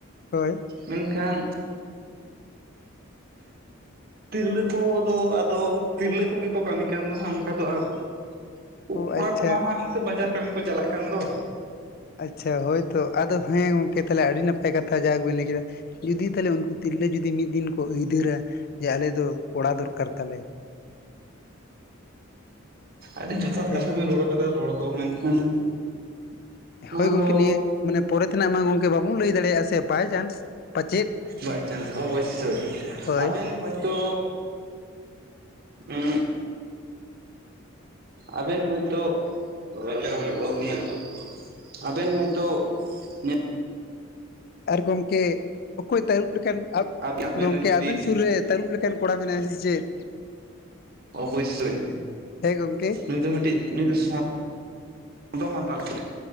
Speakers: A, on the left; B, on the right.
A: ᱦᱳᱭ
B: ᱢᱮᱱᱠᱷᱟᱱ ᱛᱤᱨᱞᱟᱹ ᱠᱚ ᱫᱚ ᱟᱫᱚ ᱛᱤᱨᱞᱟᱹ ᱠᱚᱜᱮ ᱠᱚ ᱠᱟᱹᱢᱤ ᱠᱟᱱ ᱫᱚ ᱦᱟᱸᱜ ᱚᱝᱠᱟ ᱫᱚ ᱟᱨ
A: <inaudible>
B: ᱠᱩ-ᱠᱚᱲᱟ
A: ᱟᱪᱪᱷᱟ
B: ᱠᱚᱢᱟ ᱦᱟᱸᱜ ᱚᱱᱛᱮ ᱵᱟᱡᱟᱨ ᱠᱟᱹᱢᱤ ᱠᱚ ᱪᱟᱞᱟᱜ ᱠᱟᱱ ᱫᱚ᱾
A: ᱟᱪᱪᱷᱟ ᱦᱚᱭᱛᱚ ᱟᱫᱚ ᱦᱮᱸ ᱜᱚᱝᱠᱮ ᱛᱟᱦᱞᱮ ᱟᱹᱰᱤ ᱱᱟᱯᱟᱭ ᱠᱟᱛᱷᱟ ᱡᱟᱠ ᱵᱤᱱ ᱞᱟᱹᱭ ᱠᱮᱫᱟ᱾ ᱡᱩᱫᱤ ᱛᱟᱦᱞᱮ ᱩᱝᱠᱩ ᱛᱤᱨᱞᱟᱹ ᱡᱩᱫᱤ ᱢᱤᱫ ᱫᱤᱱ ᱠᱚ ᱟᱹᱭᱫᱟᱹᱨᱟ ᱡᱮ ᱟᱞᱮ ᱫᱚ ᱠᱚᱲᱟ ᱫᱚᱨᱠᱟᱨ ᱛᱟᱞᱮ᱾ <inaudible>
B: ᱟᱹᱰᱤ ᱡᱚᱛᱷᱟᱛ
A: ᱦᱮᱸ
B: ᱠᱟᱛᱷᱟ ᱵᱮᱱ ᱨᱚᱲ ᱠᱟᱫᱟ ᱨᱚᱲ ᱫᱚ ᱢᱮᱱᱠᱷᱟᱱ
A: <inaudible>
B: ᱱᱚᱣᱟ
A: ᱦᱳᱭ ᱜᱚᱝᱠᱮ
B: ᱫᱚ
A: ᱱᱤᱭᱟᱹ ᱢᱟᱱᱮ ᱯᱚᱨᱮ ᱛᱮᱱᱟᱜ ᱢᱟ ᱜᱚᱝᱠᱮ ᱵᱟᱵᱚᱱ ᱞᱟᱹᱭ ᱫᱟᱲᱮᱭᱟᱜᱼᱟ ᱥᱮ ᱵᱟᱭᱪᱟᱱᱥ ᱯᱟᱪᱮᱫ᱾
B: ᱵᱟᱭᱪᱟᱱᱥ ᱚᱵᱚᱥᱥᱳᱭ
A: ᱦᱳᱭ
B: ᱟᱵᱮᱱ ᱦᱚᱭᱛᱚ ᱩᱸ ᱟᱵᱮᱱ ᱦᱚᱭᱛᱚ <unintelligible> ᱟᱵᱮᱱ ᱦᱚᱭᱛᱚ ᱧᱮ
A: <inaudible> ᱟᱨ ᱜᱚᱝᱠᱮ ᱚᱠᱚᱭ ᱛᱟᱹᱨᱩᱵ ᱞᱮᱠᱟᱱ ᱟ
B: ᱟᱵᱮᱱ
A: ᱜᱚᱝᱠᱮ
B: ᱨᱮᱱ ᱡᱩᱫᱤ
A: ᱟᱵᱮᱱ ᱥᱩᱨ ᱨᱮ ᱛᱟᱹᱨᱩᱵᱽ ᱞᱮᱠᱟᱱ ᱠᱚᱲᱟ ᱢᱮᱱᱟᱭᱟ ᱥᱮ ᱪᱮᱫ?
B: ᱚᱵᱚᱥᱥᱳᱭ
A: ᱦᱮᱸ ᱜᱚᱝᱠᱮ
B: ᱱᱩᱭ ᱫᱚ ᱢᱤᱫᱴᱤᱡ ᱱᱩᱭ ᱫᱚ ᱥᱚᱸ-ᱰᱚ ᱢᱟᱛᱟᱞ ᱠᱟᱱᱟᱭ